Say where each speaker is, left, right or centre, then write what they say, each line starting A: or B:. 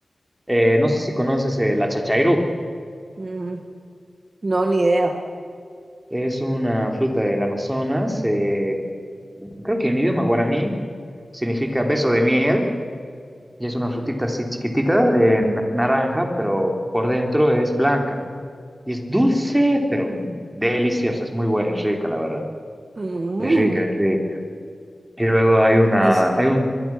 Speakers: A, on the right; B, on the right.
A: Eh, no sé si conoces eh, la chachairú.
B: Mm, no, ni idea.
A: Es una fruta del Amazonas, eh, creo que en idioma guaraní significa beso de miel Y es una frutita así chiquitita, eh, na- naranja, pero por dentro es blanca. Y es dulce, pero mm, deliciosa. Es muy buena, es rica, la verdad.
B: Mm,
A: Es rica, es rica. Y luego hay una,
B: y s-
A: hay un,